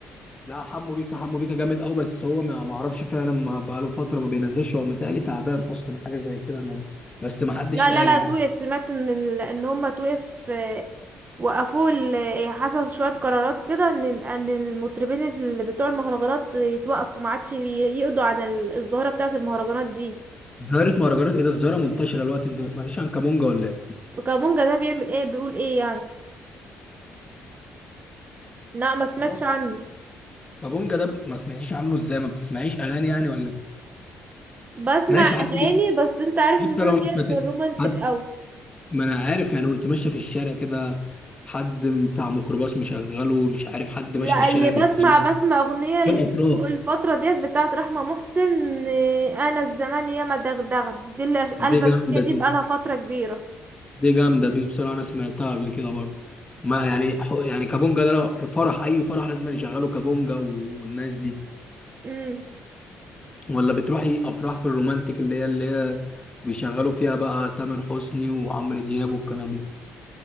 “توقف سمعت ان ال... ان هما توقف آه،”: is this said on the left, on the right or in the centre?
Right